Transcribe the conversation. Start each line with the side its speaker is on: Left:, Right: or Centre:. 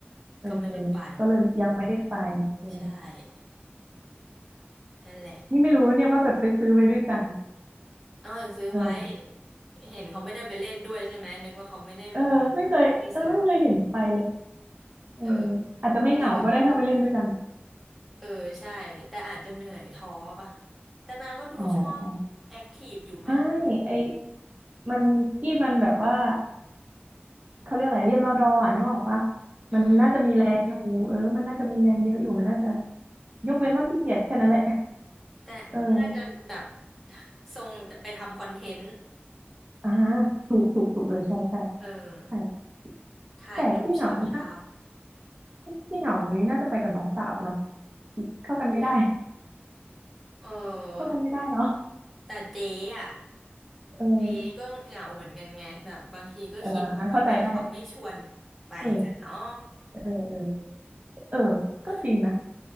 Right: เออ
Centre: ก็ไม่ได้ไป
Right: ก็เลยยังไม่ได้ไปเออ
Centre: ใช่นั่นแหละ
Right: นี่ไม่รู้เนี่ยว่าแบบไปซื้อไว้ด้วยกัน
Centre: เอาอย่างซื้อไว้
Right: เออ
Centre: เห็นเขาไม่ได้ไปเล่นด้วยใช่ไหมนึกว่าเขาไม่ได้มา
Right: เออไม่เคยเออไม่เคยเห็นไปเลย
Centre: ไม่ได้ซื้อ
Right: เออ
Centre: เออ
Right: อาจจะไม่เหงาก็ได้ถ้าไปเล่นด้วยกัน
Centre: เขาซื้อมาด้วยกันเออใช่แต่อาจจะเหนื่อยท้อป่ะแต่นางก็ดูชอบแอคทีฟอยู่ไหม
Right: อ๋อ ไม่ไอมันที่มันแบบว่าเขาเรียกอะไรเรียนรอดออ่ะนึกออกปะ
Centre: อืม
Right: มันน่าจะมีแรงอยู่เออมันน่าจะมีแรงเยอะอยู่มันน่าจะยกเว้นว่าขี้เกียจแค่นั้นแหละ
Centre: แต่น่าจะแบบ
Right: เออ
Centre: ทรงไปทำคอนเทนต์
Right: อ่าถูกถูกถูกเออใช่ใช่
Centre: เออ
Right: ใช่
Centre: ถ่ายรูปชำช
Right: แต่ที่เหงาน่าที่เหงานี้น่าจะไปกับน้องสาวเนาะเข้ากันไม่ได้
Centre: ำอุ้ยเออ
Right: <laughs> เข้ากันไม่ได้เนาะ
Centre: แต่เจ๊อ่ะ
Right: เออ
Centre: เจ๊ก็เหงาเหมือนกันไงแบบบางทีก็คิดว่าทำไมเขาไม่ชวน
Right: อ่าเข้าใจได้
Centre: ไปกันเนาะ
Right: เออเออเออเออก็จริงนะ
Centre: <laughs>